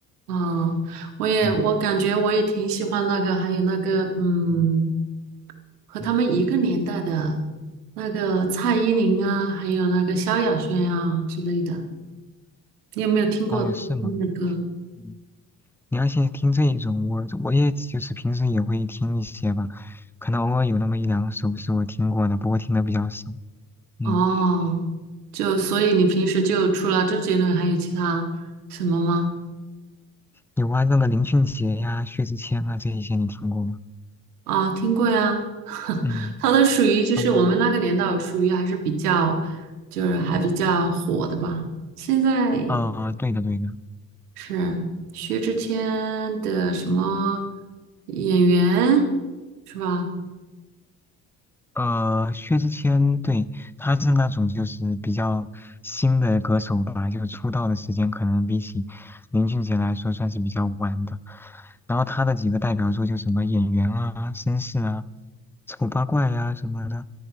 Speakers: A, on the right; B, in the centre.
A: 啊，我也我感觉我也挺喜欢那个，
B: 嗯
A: 还有那个嗯。
B: 嗯
A: 和他们一个年代的
B: 嗯，
A: 那个蔡依林啊，还有那个萧亚轩啊之类的，你有没有听过他们的歌？
B: 哦，是吗？嗯，你要先听这一种，我我也就是平时也会听一些吧，可能偶尔有那么一两首是我听过的，不过听的比较少。嗯，
A: 哦，就所以你平时就除了周杰伦，还有其他什么吗？
B: 有啊，那个林俊杰呀、薛之谦啊这一些你听过吗？
A: 啊，听过呀，<laughs>
B: 嗯。
A: 他都属于就是我们那个年代属于还是比较
B: 嗯，
A: 就是还比较火的吧。现在
B: 呃，对的，对的，
A: 是薛之谦的什么演员是吧？
B: 呃，薛之谦，对，他是那种就是比较新的歌手吧，就出道的时间可能比起林俊杰来说算是比较晚的。然后他的几个代表作就什么《演员》啊、《绅士》啊、《丑八怪》啊什么的，